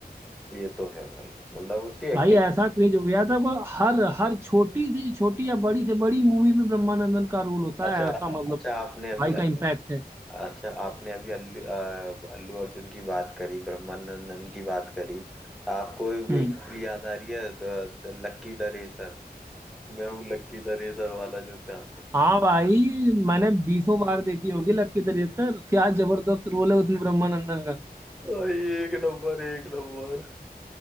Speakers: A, in the centre; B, on the right.
A: ये तो है भाई मतलब उसकी
B: भाई
A: एक्टिंग
B: ऐसा क्रेज हो गया था को हर हर छोटी से छोटी या बड़ी से बड़ी मूवी में ब्रह्मानंदन का रोल होता
A: अच्छा
B: है ऐसा मतलब
A: अच्छा आपने अभी
B: भाई का
A: अल्लू
B: इम्पैक्ट है
A: अच्छा आपने अभी अल्लू अ, अल्लू अर्जुन की बात करी ब्रह्मानंदन की बात करी आपको भी
B: हम्म
A: एक मूवी याद आ रही है the, the lucky the racer Main Hoon lucky the racer वाला जो था
B: हाँ भाई मैंने बीसों बार देखी होगी लक्की दरिश्तर क्या जबरदस्त रोल है उसमें ब्रह्मानंदन का
A: भाई एक नंबर एक नंबर